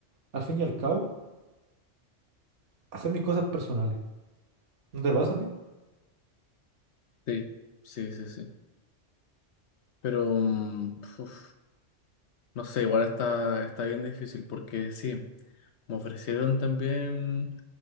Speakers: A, on the right; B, on the left.
A: al fin y al cabo, hacer mis cosas personales. ¿No te pasa a ti?
B: Sí, sí, sí, sí. Pero, mm, uf, no sé, igual está, está bien difícil porque sí, me ofrecieron también